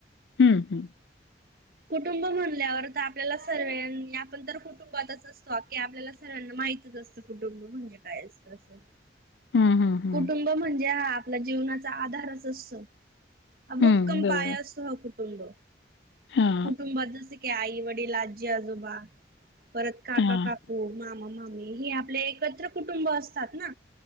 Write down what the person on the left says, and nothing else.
हम्म हम्म.
हं हं हं
हं बरोबर
हां
हां